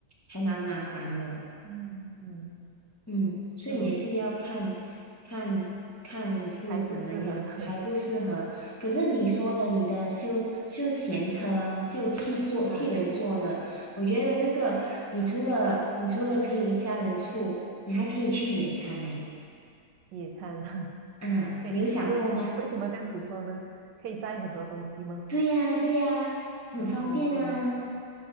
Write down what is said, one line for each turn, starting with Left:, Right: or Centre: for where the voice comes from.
Left: 还蛮麻烦的，
Right: 嗯嗯，
Left: 嗯，所以也是要看
Right: 是咯。
Left: 看看是怎么样，
Right: 还不适合 <laughs>
Left: 还不适合。可是你说的你的休休闲车就汽坐汽人坐的，
Right: 啊
Left: 我觉得这个你除了你除了可以一家人住，你还可以去野餐呢。
Right: 野餐啊，
Left: 啊，
Right: <laughs> 可以为为什么这样子说呢？
Left: 你有想过吗？
Right: 可以摘很多东西吗？
Left: 对呀，对呀，很方便啊。
Right: 啊，对